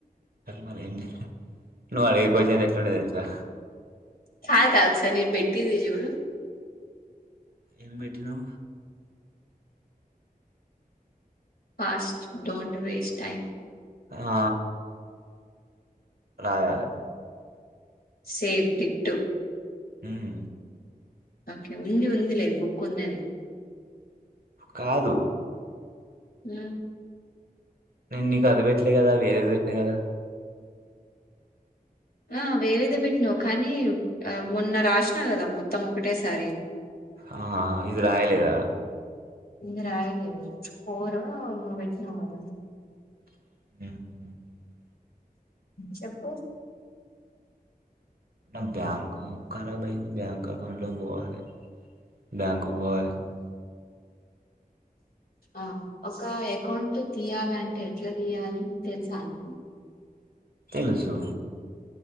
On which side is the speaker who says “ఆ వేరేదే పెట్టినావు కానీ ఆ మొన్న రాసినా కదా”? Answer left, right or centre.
Left